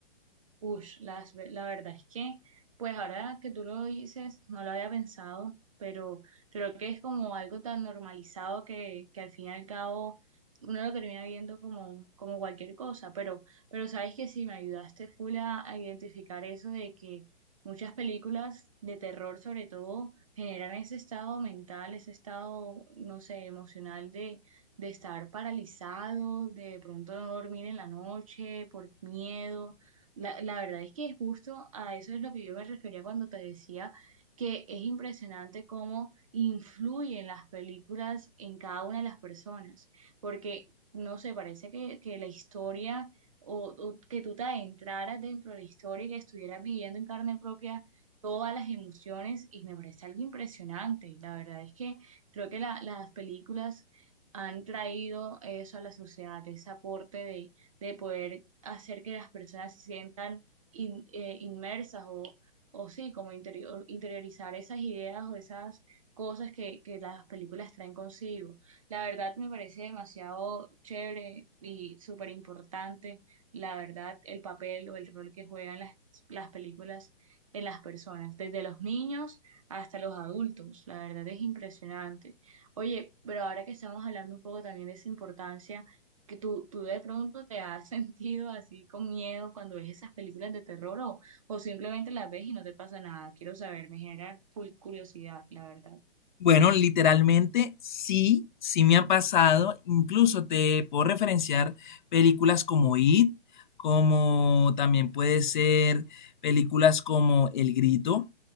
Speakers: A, on the right; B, on the left.
A: Ush, las ve- la verdad es que, pues ahora que tú lo dices, no lo había pensado, pero creo que es como algo tan normalizado que, que al fin y al cabo uno lo termina viendo como, como cualquier cosa, pero, pero sabes que sí me ayudaste full a, a identificar eso de que muchas películas de terror sobre todo generan ese estado mental, ese estado, no sé, emocional de, de estar paralizado, de pronto no dormir en la noche por miedo la, la verdad es que justo a eso es lo que yo me refería cuando te decía que es impresionante cómo influyen las películas en cada una de las personas, porque no sé, parece que, que la historia o, o que tú te adentraras dentro de la historia y que estuvieras viviendo en carne propia todas las emociones y me parece algo impresionante. La verdad es que creo que la- las películas han traído eso a la sociedad, ese aporte de de poder hacer que las personas se sientan in- eh, inmersas o, o sí, como interior- interiorizar esas ideas o esas cosas que, que las películas traen consigo. La verdad me parece demasiado chévere y súper importante, la verdad, el papel o el rol que juegan las, las películas en las personas, desde los niños hasta los adultos. La verdad es impresionante. Oye, pero ahora que estamos hablando un poco también de esa importancia, que tú, tú de pronto te has <laughs> sentido así con miedo cuando ves esas películas de terror o, o simplemente las ves y no te pasa nada. Quiero saber, me genera full curiosidad, la verdad.
B: Bueno,
A: Eh,
B: literalmente sí, sí me ha pasado. Incluso te puedo referenciar películas como It, como también puede ser películas como El Grito.